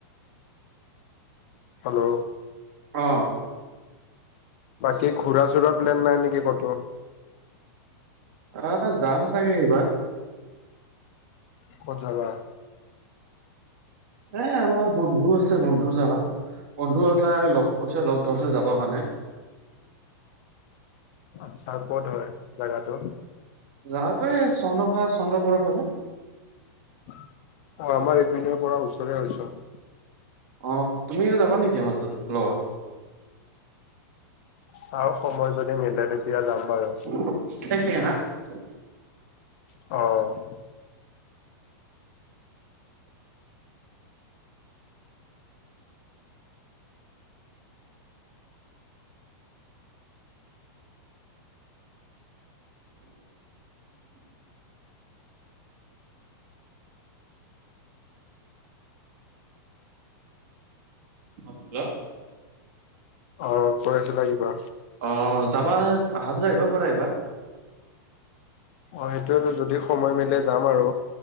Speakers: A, on the left (about 30°); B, on the right (about 50°).
A: হেল্ল'।
B: অ
A: বাকি ঘূৰা-চুৰা প্লেন নাই নেকি ক'তো?
B: আহ' যাম চাগে এইবাৰ।
A: ক'ত যাবা?
B: এ আমাৰ বন্ধু আছে বন্ধুৰ জাগাত। বন্ধু এটাই লগ কৈছে লগ ধৰিছে যাবৰ কাৰণে।
A: আচ্ছা' ক'ত হয় জাগাটো?
B: জাগাটো এ চনকা চন্দ্ৰপুৰৰ ফালে।
A: অ', আমাৰ ইপিনৰ পৰা ওচৰে হয় চোন।
B: অ', তুমিও যাবা নেকি আমাৰ তাত লগত?
A: চাওঁ, সময় যদি মিলে তেতিয়া যাম বাৰু।
B: <unintelligible>
A: অঁ'।
B: অঁ', হেল্ল'।
A: অ', কৈ আছিলা কিবা?
B: অ', যাবা, অহা যদি আহিব পাৰা এইবাৰ।
A: অঁ' সেইটোৱেতো, যদি সময় মিলে যাম আৰু।